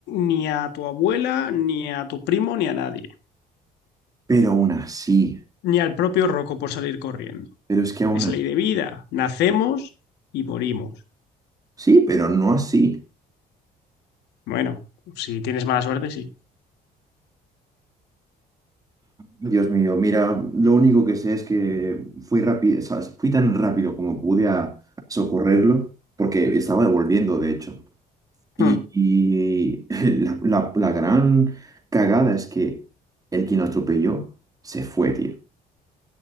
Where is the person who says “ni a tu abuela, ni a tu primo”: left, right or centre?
Left